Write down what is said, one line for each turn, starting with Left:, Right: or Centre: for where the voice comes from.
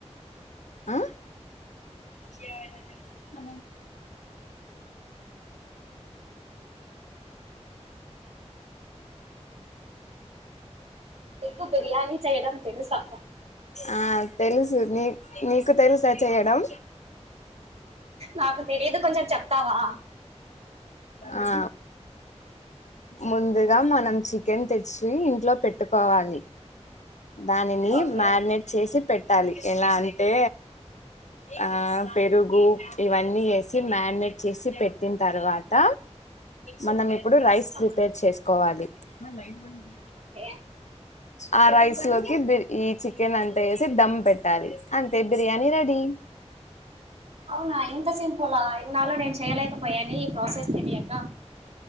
Left: ఆ <inaudible>
Right: నీకు బిర్యానీ చేయడం తెలుసా
Left: ఆ తెలుసు నీ నీకు తెలుసా చెయడం
Right: నాకు తెలీయదు కొంచెం చెప్తావా
Left: ఆ ముందుగా మనం చికెన్ తెచ్చి ఇంట్లో పెట్టుకోవాలి. దానిని
Right: ఓకే
Left: మ్యారినేట్ చేసి పెట్ పెట్టాలి ఎలా అంటే ఆ పెరుగు ఇవన్నీ వేసి మ్యారినేట్ చేసి పెట్టిన తర్వాత మనం ఇప్పుడు రైస్
Right: ఓకే
Left: ప్రిపేర్ చేసుకోవాలి దానిలో ఏయిమంది
Right: ఓకే
Left: ఆ రైస్ లోకి బిర్ ఈ చికెన్ అంతా వేసి దమ్ పెట్టాలి అంతే బిర్యానీ రెడీ.
Right: అవునా ఇంత సింపులా ఇన్నాళ్ళ నేను చేయలేకపోయానే ప్రోసెస్ తెలియక